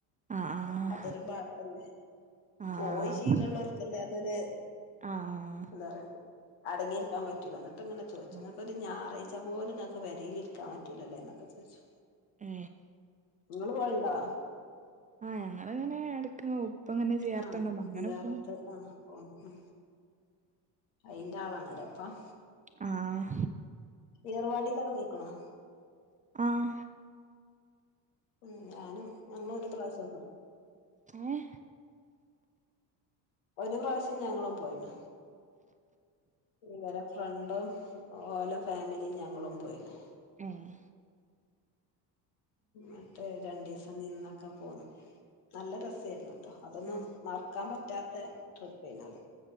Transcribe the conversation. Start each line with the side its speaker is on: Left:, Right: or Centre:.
Right: ആഹ്
Left: അതൊരു പാട്ല്ലേ
Right: ആഹ്
Left: പോയി ശീലമുള്ളവർക്കല്ലേ അതൊരു
Right: ആഹ്
Left: എന്താ പറയാ അടങ്ങിയിരിക്കാൻ പറ്റൂലാ എന്നിട്ട് ഇങ്ങന ചോിച്ച
Right: ആഹ്
Left: നിങ്ങക്ക ഞാ പറയിച്ച പോലും ങ്ങൾക്ക് പേരിൽ ഇരിക്കാൻ പറ്റൂലല്ലേ എന്നൊക്കെ ചോദിച്ചു
Right: ഏ
Left: നിങ്ങള് പോയണ്ടാ
Right: ഞങ്ങളിങ്ങനെ എടക്ക് ഉപ്പ ഇങ്ങനെ ചേർത്തുണ്ടാവും
Left: ആഹ അതിിയാറത്ത്
Right: അങ്ങനെ പോവും
Left: ആഹ ഓ ആ അയിന്റെ ആളാണല്ലേ അപ്പം
Right: ആഹ്
Left: ഏർവാടിയിലൊക്കെ പോയിക്ക്‌ണോ
Right: ആഹ
Left: ഉ ഞാനും ഞങ്ങൾ ഒരു പ്രാവശ്യം
Right: ഏ
Left: ഒരു പ്രാവശ്യം ഞങ്ങളും പോയിനു ഇവരെ ഫ്രണ്ടും ഓരോ ഫാമിലിയും ഞങ്ങളും പോയിരുന്നു
Right: ആഹ
Left: മിട്ട് രണ്ടു ദിവസം നിന്നൊക്കെ പോന്ന് നല്ല രസമായിരുന്നു കേട്ടോ അതൊന്നും
Right: ആഹ്
Left: മറക്കാൻ പറ്റാത്ത ട്രിപ്പായിന അത്